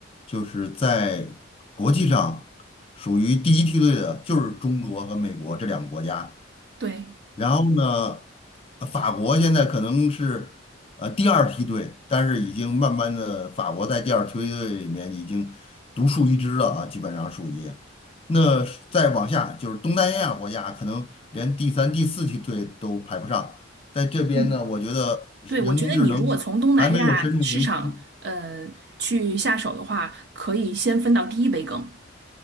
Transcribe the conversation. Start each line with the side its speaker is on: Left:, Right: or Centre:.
Left: 就是在国际上属于第一梯队的，就是中国和美国这两个国家。
Right: 对，
Left: 然后呢，呃法国现在可能是呃第二梯队，但是已经慢慢的，法国在第二梯队里面已经独树一帜了啊，基本上属于。那是再往下就是东南亚国家，可能连第三、第四梯队都排不上。在这边呢，
Right: 嗯。
Left: 我觉得人工智能还没有深入人心，
Right: 对，我觉得你如果从东南亚市场，呃，去下手的话，可以先分到第一杯羹。